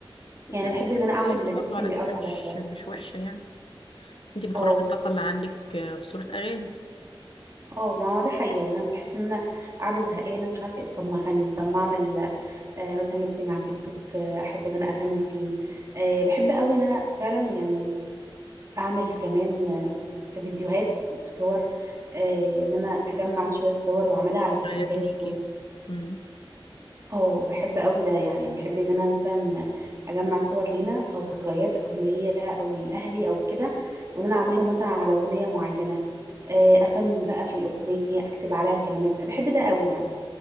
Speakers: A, on the right; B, on the left.
A: يعني
B: لا
A: بحب
B: دي
A: ان
B: حاجة
A: انا اعمل
B: كويسة
A: ليبسينج
B: برضو على فكرة
A: قوي على
B: مش
A: ال
B: مش وحشة يعني انتي بتخرجي
A: اه
B: الطاقة اللي عندك آه، في صورة أغاني
A: اه ما هو ده حقيقي يعني انا بحس ان انا قاعده زهقانه ومش عارفه ايه طب ما اغني طب ما اعمل آه مثلا ليبسينج على التيك توك آه احب ان انا اغني فيه آه بحب قوي ان انا فعلا يعني اعمل كمان آه فيديوهات وصور آه ان انا اجمع شويه صور واعملها على فيديوهات
B: ذكريات ليكي مم.
A: اه بحب قوي ده يعني بحب ان انا مثلا اجمع صور لينا او ذكريات او ليا او لاهلي او كده وان انا اعملهم مثلا على اغنيه معينه آه، افنن بقى في الاغنيه اكتب عليها الكلمات بحب ده قوي يعني